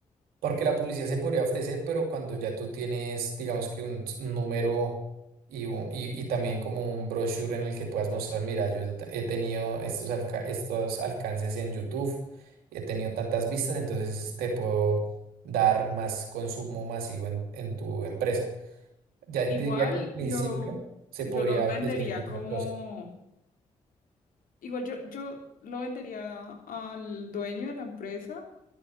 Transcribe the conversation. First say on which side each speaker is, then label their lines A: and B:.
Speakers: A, on the right; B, on the left.
A: Porque la publicidad se podría ofrecer, pero cuando ya tú tienes, digamos que un s- número y, u- y, y también como un brochure en el que puedas mostrar, mira, yo ya te- he tenido estos, alca- estos alcances en YouTube, he tenido tantas vistas, entonces te puedo dar más consumo masivo en, en tu empresa. Ya
B: Igual
A: diría que al principio
B: yo,
A: se
B: yo
A: podría
B: lo vendería
A: ofrecer de otra
B: como,
A: cosa.
B: igual yo, yo lo vendería al dueño de la empresa,